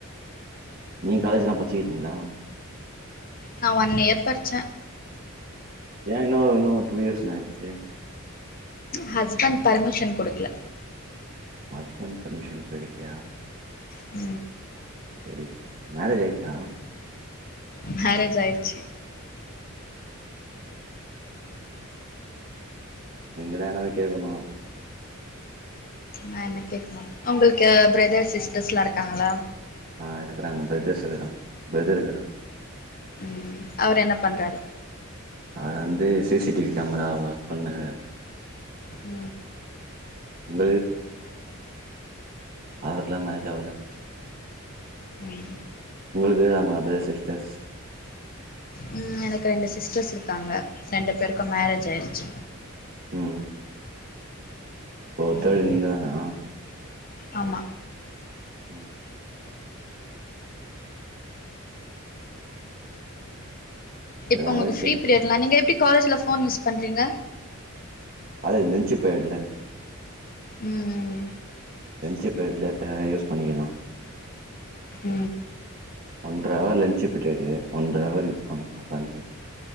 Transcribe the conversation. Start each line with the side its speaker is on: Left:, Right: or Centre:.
Right: நீ காலேஜ்லா பட்ச்சிருக்கீங்களா
Left: நா ஒன் இயர் பறிச்சே
Right: ஏ இன்நோ இன்நோர் டூ இயர்ஸ் என்னேச்சி
Left: ஹஸ்பண்ட் பர்மிஷன் கொடுக்கல
Right: ஹஸ்பண்ட் பர்மிஷன் குடுக்கலயா
Left: உ
Right: செரி மேரேஜ் ஆயிட்ச்சா
Left: மேரேஜ் ஆயிட்ச்சு
Right: நீங்கதா என்னாது கேக்கணு
Left: ந என்ன கேக்கணு உங்களுக்கு பிரதர் சிஸ்டர்ஸ்லா இருக்காங்களா
Right: ஆ இருக்குக்கிறாங்க பிரதர்ஸ் இருக்கிறா பிரதர் இருக்கிறா
Left: உ அவரு என்ன பண்றாரு
Right: அ வந்து C C TV camera work பண்ராரு
Left: உ
Right: <unintelligible> அவருக்கெல்லா மேஜ் ஆவல
Left: ம்
Right: <unintelligible> மதர் சிஸ்டர்ஸ்
Left: உ எனக்கு ரெண்டு சிஸ்டர்ஸ் இருக்காங்க ரெண்டு பேருக்கு மேரேஜ் ஆயிரிச்சு
Right: உ போத்தழ
Left: ம்
Right: நீங்க தானா
Left: ஆமா
Right: உ அதனால
Left: இப்ப உங்கள்கு
Right: கேளுங்க
Left: ஃப்ரீ பீரியட்லா நீங்க எப்டி காலேஜில ஃபோன் யூஸ் பண்ணுறீங்க
Right: காலேஜ் லஞ்சு பீரியட்ல
Left: உ உ
Right: லஞ்ச் பீரியட்ல ஆ யூஸ் பண்ணிக்கலா
Left: உ
Right: ஒன்றவர் லஞ்சு பீரியட் ஒன்றவரு <unintelligible> பண்ணுவே உக்காந்து